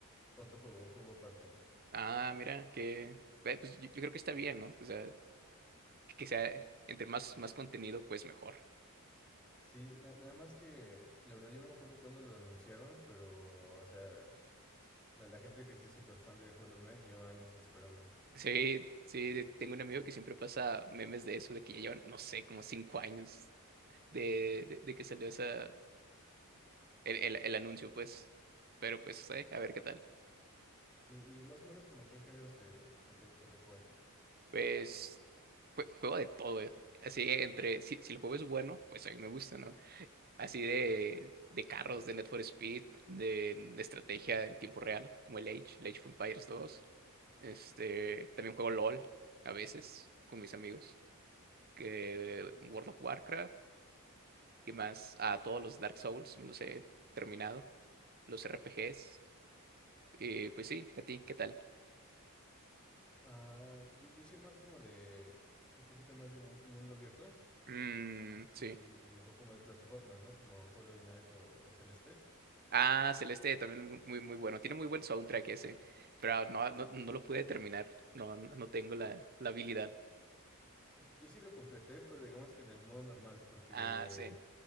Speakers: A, in the centre; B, on the right (about 45°).
A: otro juego, un juego aparte.
B: Ah, mira, que, eh, pues yo, yo creo que está bien, ¿no? O sea, que sea entre más, más contenido, pues mejor.
A: Sí, na- nada más que la verdad yo no me acuerdo cuándo lo anunciaron, pero o sea, la, la gente que sí es súper fan de Hollow Knight lleva años esperando.
B: Sí, sí, sí, tengo un amigo que siempre pasa memes de eso, de que ya llevan, no sé, como cinco años de, de, de que salió esa, el, el, el anuncio, pues. Pero pues, eh, a ver qué tal.
A: Sí, y más o menos como qué géneros te, te, te gustan de jugar.
B: Pues jue- juego de todo, eh. Así que entre, si, si el juego es bueno, pues a mí me gusta, ¿no? Así de, de carros, de Need for Speed, de, de estrategia en tiempo real, como el Age, el Age of Empires dos Este, también juego LOL a veces con mis amigos. Que World of Warcraft y más a todos los Dark Souls, me los he terminado. Los RPGs. Y pues sí, a ti, ¿qué tal?
A: Ah, yo, yo soy más como de un poquito más de mun- mundo abierto
B: Mm, sí.
A: y, o como de plataformas, ¿no? Como Hollow Knight o o Celeste.
B: Ah, Celeste también muy, muy bueno. Tiene muy buen soundtrack ese, pero no, no, no lo pude terminar. No, no no tengo la, la habilidad.
A: Yo sí lo completé, pero digamos que en el modo normal, porque
B: Ah, sí.